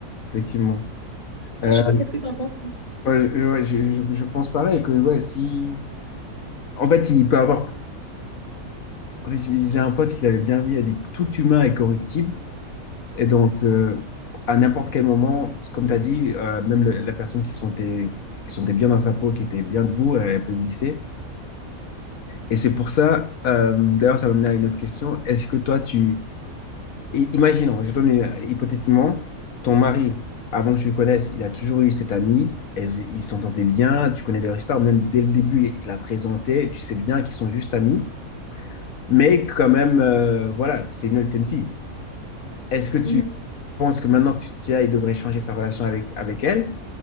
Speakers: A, on the left; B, on the left.
A: effectivement. Euh,
B: Je sais pas, qu'est-ce que tu en penses, toi?
A: ouais, je, ouais, je- je- je pense pareil que ouais, si. En fait, il peut avoir. J'ai j'ai un pote qui l'avait bien vu il a dit que tout humain est corruptible. Et donc, euh, à n'importe quel moment, comme tu as dit, euh, même le- la personne qui se sentait, qui se sentait bien dans sa peau, qui était bien debout, elle peut glisser. Et c'est pour ça, euh, d'ailleurs, ça m'amène à une autre question. Est-ce que toi, tu. I- Imaginons, je donne une- euh, hypothétiquement, ton mari, avant que tu le connaisses, il a toujours eu cette amie, elles- ils s'entendaient bien, tu connais leur histoire, même dès le début, il te l'a présentée, tu sais bien qu'ils sont juste amis, mais quand même, euh, voilà, c'est une, c'est une fille. Est-ce que tu
B: Mhm.
A: penses que maintenant que tu tu es là, il devrait changer sa relation avec, avec elle,